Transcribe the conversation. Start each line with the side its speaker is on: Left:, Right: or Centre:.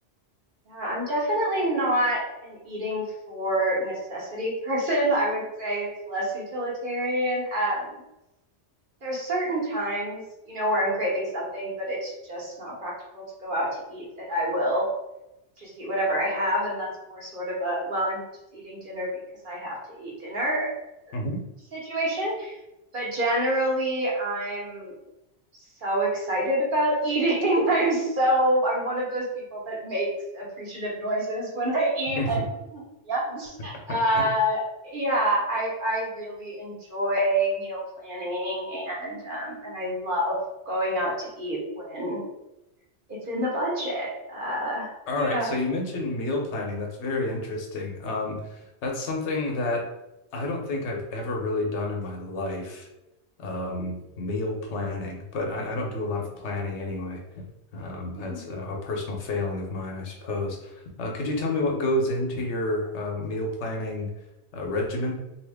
Right: Yeah, I'm definitely not an eating for necessity <laughs> person. I would say it's less utilitarian. Um, there's certain times, you know, where I'm craving something, but it's just not practical to go out to eat that I will just eat whatever I have. And that's more sort of a, well, I'm just eating dinner because I have to eat dinner
Left: Mhm.
Right: situation. But generally, I'm so excited about eating. <laughs> I'm so I'm one of those people that makes appreciative noises when I eat,
Left: Mhm.
Right: like mm, yeah,
Left: <laughs>
Right: uh, yeah. I I really enjoy meal planning and um, and I love going out to eat when it's in the budget. Uh,
Left: All
Right: yeah.
Left: right, so you mentioned meal planning. That's very interesting. Um, that's something that I don't think I've ever really done in my life. Um, meal planning, but I, I don't do a lot of planning anyway. Um,
Right: <laughs>
Left: that's a, a personal failing of mine, I suppose. Uh, could you tell me what goes into your uh, meal planning uh, regimen?